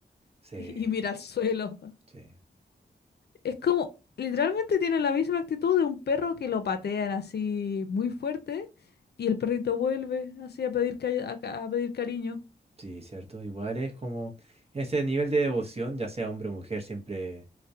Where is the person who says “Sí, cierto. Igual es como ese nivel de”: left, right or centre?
Right